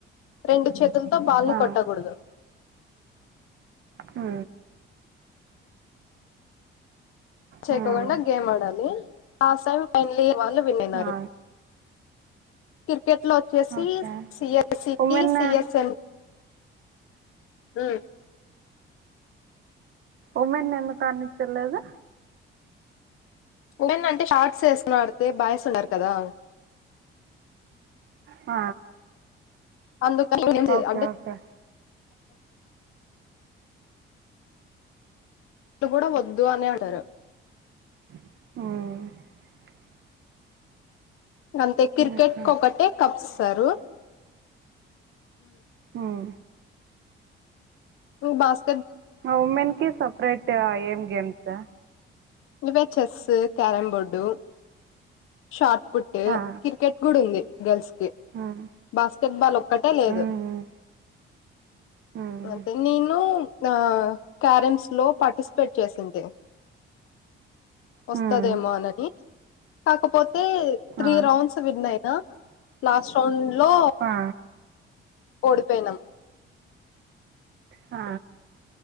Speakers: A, on the left; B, on the right.
A: రెండు చేతులతో బాల్ ని
B: ఆ!
A: కొట్టకూడదు.
B: హు
A: చెక్కకుండ
B: హ్మ్.
A: గేమ్ ఆడాలి. లాస్ట్ టైం ఫైనల్ ఇయర్ వాళ్లు విన్ అయినారు,
B: ఆ!
A: టికెట్లో వచ్చేసి
B: ఓకే.
A: సిఎస్
B: ఉమెన్
A: సిఎస్ఎం, ఊహు
B: ఉమెన్ ఎందుకు అనించలేదు.
A: ఉమెన్ అంటే. షార్ట్స్ ఏసుకొని ఆడితే బాయ్స్ ఉన్నారు కదా,
B: ఆ
A: అందుకని ఏం చేయ
B: ఓకే.
A: అంటే
B: ఓకే.
A: ఇడు కూడా వద్దు అని అంటారు.
B: ఉహు
A: అంతే క్రికెట్
B: ఓకే.
A: ఒకటే కప్పు ఇస్తారు.
B: ఉహు
A: బాస్
B: ఉమెన్ కి సపరేట్ ఏం గేమ్స్,
A: ఇవే chess carrom board shot put
B: ఆ!
A: క్రికెట్ కూడా ఉంది గర్ల్స్ కిబాస్కెట్
B: హ్మ్.
A: బాల్ ఒక్కటే లేదు.
B: మ్మ్ మ్మ్
A: అంటే నేను, ఆ క్యారమ్స్ లో పార్టిసిపేట్ చేసి ఉంటి, వస్తదేమో
B: మ్మ్
A: అనని కాకపోతే. త్రీ
B: ఆ
A: రౌండ్స్ విన్ అయినా, లాస్ట్ రౌండ్ లో
B: ఆ
A: ఓడిపోయినాం
B: ఆ